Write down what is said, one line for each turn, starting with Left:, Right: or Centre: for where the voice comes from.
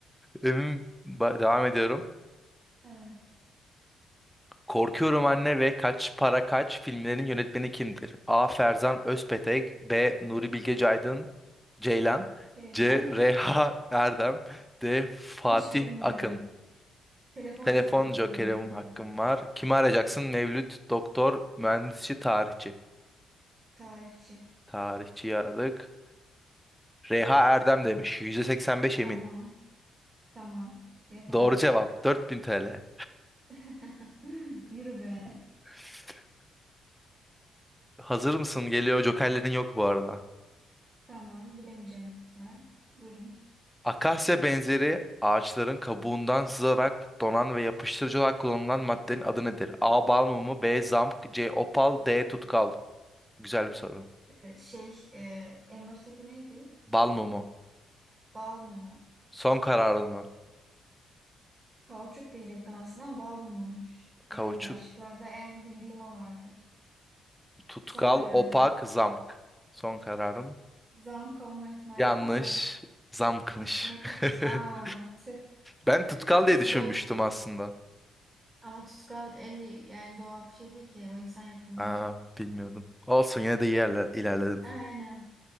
Centre: Emin ba- devam ediyorum.
Right: Evet.
Centre: Korkuyorum Anne ve Kaç Para Kaç filmlerinin yönetmeni kimdir? A. Ferzan Özpetek B. Nuri Bilge Ceylan Ceylan
Right: Ceylan.
Centre: C. Reha Erdem D. Fatih
Right: Hiç bilmiyorum.
Centre: Akın
Right: Telefon
Centre: Telefon
Right: jokerimi
Centre: jokerim
Right: kullanmak istiyorum.
Centre: hakkım var. Kimi arayacaksın? Mevlüt, doktor, mühendisçi, tarihçi.
Right: Tarihçi.
Centre: Tarihçiyi aradık. Reha Erdem demiş. %85
Right: Tamam.
Centre: emin.
Right: Tamam. Yapalım.
Centre: Doğru cevap. 4000 TL.
Right: <laughs> Yürü be.
Centre: <laughs> Hazır mısın? Geliyor. Jokerlerin yok bu arada.
Right: Tamam. Bilemeyeceğim büyük ihtimal. Buyurun.
Centre: Akasya benzeri ağaçların kabuğundan sızarak donan ve yapıştırıcı olarak kullanılan maddenin adı nedir? A. Bal mumu B. Zamk C. Opal D. Tutkal Güzel bir soru.
Right: Ee, Şey, e, en baştaki neydi?
Centre: Bal mumu.
Right: Bal mumu.
Centre: Son kararın mı?
Right: Kauçuk diyecektim aslında ama bal mumuymuş.
Centre: Kauçuk,
Right: Yani başlıklarda en bildiğim o vardı.
Centre: tutkal,
Right: Son kararım.
Centre: opak, zamk. Son kararım.
Right: Zam kalma ihtimali
Centre: Yanlış.
Right: var da.
Centre: Zamkmış.
Right: Ne?
Centre: <laughs>
Right: Aa, tüh.
Centre: Ben
Right: <laughs>
Centre: tutkal
Right: Neyse
Centre: diye düşünmüştüm
Right: dört.
Centre: aslında.
Right: Ama tutkal eli yani doğal bir şey değil ki. O insan yapımı.
Centre: Aa, bilmiyordum. Olsun yine de iyi yerler, ilerledim.
Right: Aynen.